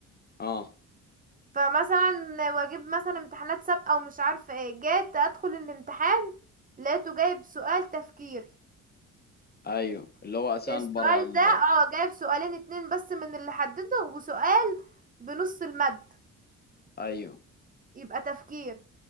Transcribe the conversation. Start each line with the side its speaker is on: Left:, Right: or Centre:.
Left: اه
Right: فمثلا واجيب مثلا امتحانات سابقه ومش عارفه ايه جيت ادخل الامتحان لقيته جايب سؤال تفكير
Left: ايوه اللي هو اسان
Right: السؤال
Left: بره ال...
Right: ده اه جايب سؤالين اتنين بس من اللي حدده وسؤال بنص المد
Left: ايوه
Right: يبقى تفكير